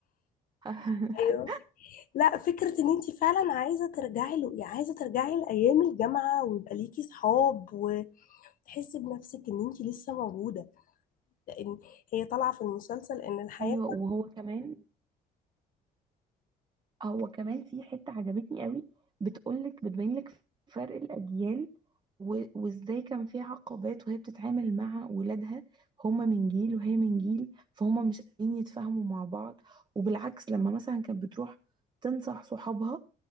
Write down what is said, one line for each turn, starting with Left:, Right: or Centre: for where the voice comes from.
Right: <laughs>
Left: ايوه لا فكرة ان انت فعلا عايزة ترجعي له يعني عايزة ترجعي لأيام الجامعة ويبقى ليكي صحاب وتحسي بنفسك ان انت لسه موجودة لان هي طالعة في المسلسل ان الحياة
Right: ايوه وهو كمان هو كمان في حتة عجبتني قوي بتقولك بتبين لك فرق الأجيال و- وازاي كان في عقبات وهي بتتعامل مع ولادها هما من جيل وهي من جيل فهما مش قادرين يتفاهموا مع بعض وبالعكس لما مثلا كانت بتروح تنصح صحابها